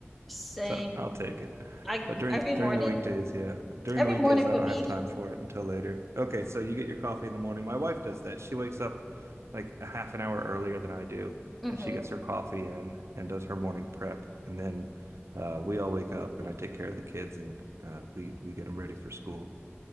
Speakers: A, in the centre; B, on the right.
A: Same.
B: So I'll take it.
A: I
B: But during
A: every
B: during
A: morning.
B: the weekdays, yeah. During
A: Every
B: the weekdays,
A: morning
B: I
A: for
B: don't
A: me.
B: have time for it until later. Okay, so you get your coffee in the morning. My wife does that. She wakes up like a half an hour earlier than I do,
A: Mm-hmm.
B: and she gets her coffee in and does her morning prep. And then uh, we all wake up and I take care of the kids and uh, we we get them ready for school.